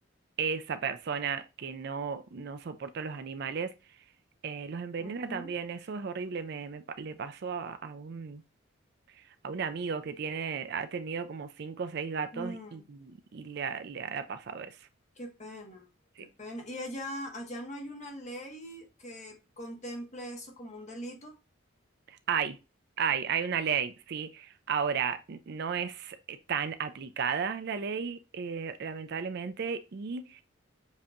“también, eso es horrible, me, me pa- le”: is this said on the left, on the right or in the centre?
Right